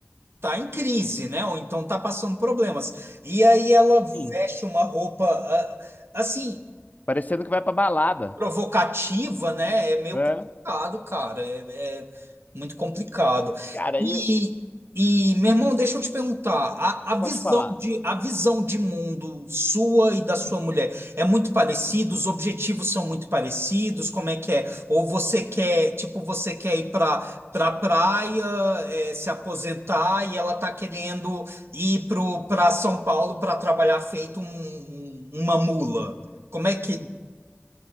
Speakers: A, on the right; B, on the left.
A: tá em crise, né? Ou então tá passando problemas. E aí ela veste
B: Sim.
A: uma roupa ah, assim,
B: Parecendo que vai pra balada.
A: provocativa, né? É meio
B: É.
A: complicado, cara. É, é muito complicado.
B: Cara,
A: E,
B: aí
A: e, meu irmão, deixa eu te perguntar, a, a
B: pode
A: visão
B: falar.
A: de, a visão de mundo sua e da sua mulher é muito parecida? Os objetivos são muito parecidos? Como é que é? Ou você quer, tipo, você quer ir para pra pra praia, é, se aposentar e ela tá querendo ir pro, pra São Paulo para trabalhar feito um- um, uma mula? Como é que...